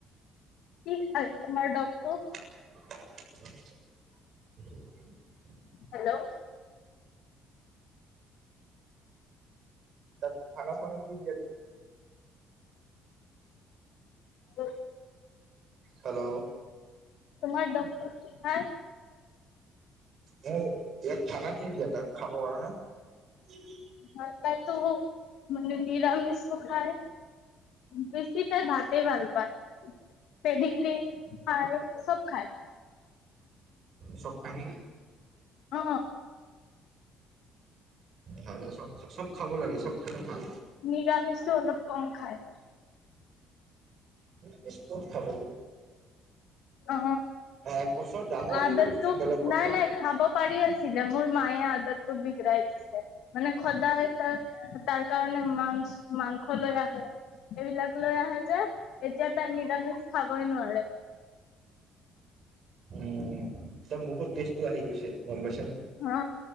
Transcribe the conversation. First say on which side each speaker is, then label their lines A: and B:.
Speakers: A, on the left; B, on the right.
A: কি খায় তোমাৰ ডগটো?
B: <inaudible>
A: হেল্ল
B: তাক খানা চানা কি দিয়া দি
A: <inaudible>
B: হেল্ল
A: তোমাৰ ডগ টো হাৰ।
B: মূ ইয়াক খানা কি দিয়া তাক খাবৰ কাৰণে? <unintelligible>
A: ভাল পাইছোঁ মানে নিৰামিছ টো খায়। বেছি তাই ভাতে ভাল পায় পেদিগ্ৰি খায় চব খায়।
B: চব কাহি।
A: অ।
B: ভাল চব চব খাব লাগে চব খালে ভাল।
A: নিৰামিষ তো অলপ কম খায়।
B: বিস্কুত খাব।
A: অ
B: এক বছৰ ডাঙৰ
A: আদতটো
B: হৈ গলে পিছত বেলেগ কথা।
A: নাই নাই খাব পাৰি আছিলে মোৰ মায়ে আদতটো বিগৰাাই দিছে মানে সদায় তাৰ তাৰ কাৰণে মাংছ মাংস লৈ আহে। এইবিলাক লৈ আহে যে, এতিয়া তাই নিৰামিষ খাবই নোৱাৰে।
B: উম তাৰ মুখত টেষ্টটো আহি গৈছে গম পাইছা নে?
A: অ